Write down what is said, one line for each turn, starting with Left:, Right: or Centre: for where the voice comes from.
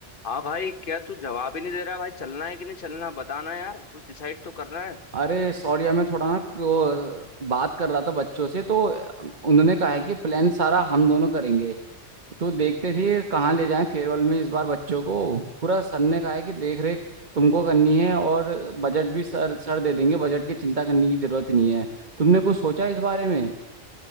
Left: हाँ भाई क्या तू जवाब ही नहीं दे रहा भाई चलना है कि नहीं चलना बताना यार कुछ डिसाइड तो करना है
Right: अरे सॉरी यार मैं थोड़ा ना वो बात कर रहा था बच्चों से तो उन्होंने कहा है कि प्लान सारा हम दोनों करेंगे तो देखते फिर कहाँ ले जाएं फेयरवेल में इस बार बच्चों को पूरा सर ने कहा है कि देख रेख तुमको करनी है और बजट भी सर सर दे देंगे बजट की चिंता करने की जरूरत नहीं है तुमने कुछ सोचा है इस बारे में